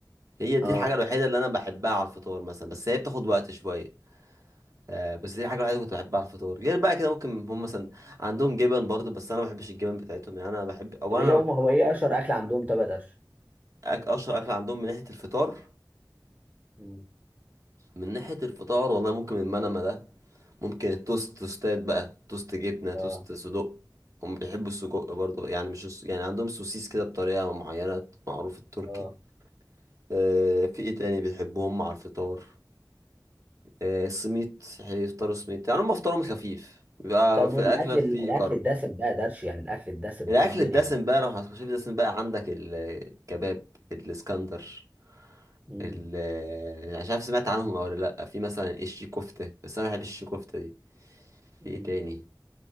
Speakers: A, on the right; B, on the right.
A: هي دي
B: اه
A: الحاجة الوحيدة اللي أنا بحبها على الفطار مثلا بس هي بتاخد وقت شوية آه، بس دي الحاجة الوحيدة اللي كنت بحبها على الفطار غير بقى كده ممكن هم مثلا عندهم جبن برضه بس أنا ما بحبش الجبن بتاعتهم يعني أنا بحب أو
B: طب ايه
A: أنا
B: هم هو ايه اشهر اكل عندهم طب يا درش
A: أك- أشهر أكل عندهم من ناحية الفطار
B: مم.
A: من ناحية الفطار والله ممكن المنما ده ممكن التوست توستات بقى توست جبنة توست
B: اه
A: صدق هم بيحبوا السجق برضه يعني مش الس- يعني عندهم سوسيس كده بطريقة معينة معروف التركي
B: اه
A: آه، في إيه تاني بيحبوهم مع الفطار آه، سميت هيفطروا سميت يعني هم افطارهم خفيف بيبقى
B: طب
A: في
B: والاكل
A: الاكله في
B: الاكل
A: كرب
B: الدسم بقى يا درش يعني الاكل الدسم
A: الاكل
B: ايه الدنيا
A: الدسم بقى لو هتخش في الدسم بقى عندك الكباب الاسكندر
B: مم.
A: ال آه، مش عارف سمعت عنهم او لا في مثلا الشي كفته بس انا ما بحبش الشي كفته دي
B: مم.
A: في ايه تاني